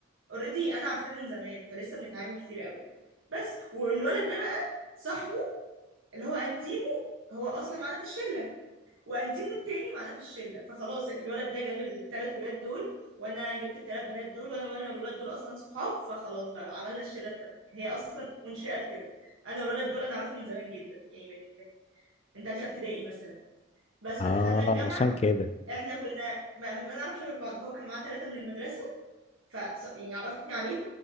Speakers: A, on the right; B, on the left.
A: اوريدي انا عارفاه من زمان فلسه بنتعامل كتير قوي بس والولد ده بقى صاحبه اللي هو انتيمو هو اصلا معانا في الشله وانتيمو التاني معانا في الشله فخلاص الولد ده جاب الثلاث ولاد دول وانا جبت الثلاث بنات دول وانا وانا والولاد دول اصلا صحاب فخلاص بقى عملنا الشله الثمانيه هي اصلا انشئت كده انا والولد دول انا اعرفهم من زمان جدا يعني من من من ثالثه ابتدائي مثلا بس فدخلنا
B: اه
A: الجامعه
B: عشان كده
A: احنا كنا ما, ما نعرفش غير بعض هو كان معاه ثلاثه من المدرسه ف يعني عرفني عليهم